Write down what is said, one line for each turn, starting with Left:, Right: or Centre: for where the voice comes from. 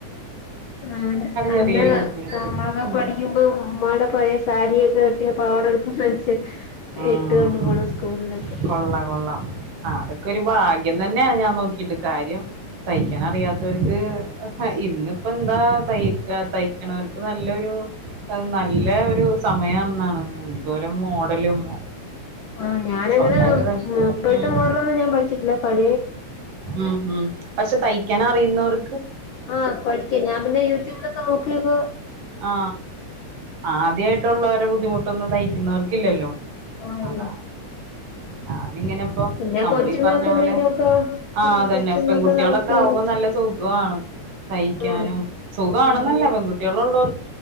Left: ആ അതാ
Right: ചെറിയൊരു ബുദ്ധിമുട്ട്
Left: നമ്മളൊക്കെ
Right: ഉം
Left: പഠിക്കുമ്പോ ഉമ്മടെ പഴയ സാരിയൊക്കെ കെട്ടിയ പാവാട <unintelligible>
Right: ഉം
Left: ഇട്ട് കൊണ്ട് പോണം സ്കൂളിലൊക്കെ
Right: കൊള്ളാം കൊള്ളാം ആ അതൊക്കെ ഒരു ഭാഗ്യം തന്നെയ ഞാൻ നോക്കിട്ട് കാര്യം തയ്ക്കാനറിയാത്തവർക്ക് ഇന്നിപ്പ എന്താ തയ്ക്ക തയ്ക്കണവർക്ക് നല്ലരു നല്ല ഒരു സമയെന്നാണ് എന്തോരം മോഡലും
Left: ആ ഞാനങ്ങനെ
Right: സ്വന്തായിട്ട് തയ്
Left: ഇപ്പഴത്തെ
Right: ഉം
Left: മോഡലൊന്നും ഞാൻ പഠിച്ചിട്ടില്ല പഴ
Right: ഉം ഉം പക്ഷെ തയ്ക്കാന ഐനൂറ്
Left: ആ പഠിക്കേ ഞാൻ പിന്നെ യൂട്യൂബിലൊക്കെ നോ ക്കിപ്പോ
Right: ആ ആ ആദ്യമായിട്ടുള്ളവരെ ബുദ്ധിമുട്ടൊന്നും തയ്ക്കുന്നവർക്കില്ലല്ലോ
Left: ആഹ്
Right: അത ഞാനിങ്ങനെ ഇപ്പൊ
Left: പിന്നെ
Right: നമ്മള്
Left: കൊച്ചുങ്ങൾക്ക്
Right: ഈ പറഞ്ഞ
Left: എന്തെങ്കിലുമൊക്കെ
Right: പോലെ ആ അതന്നെ
Left: കൊച്ചുങ്ങൾക്കുള്ള
Right: പെൺകുട്ടികളൊക്കെ
Left: ആവശ്യത്തിനൊക്കെ
Right: ആകുമ്പോ നല്ല സുഖമാണ് തയ്ക്കാനും
Left: ആഹ്
Right: സുഖമാണെന്നല്ല
Left: ആഹ് അങ്ങനെ
Right: പെൺകുട്ടികള് ഉള്ളവ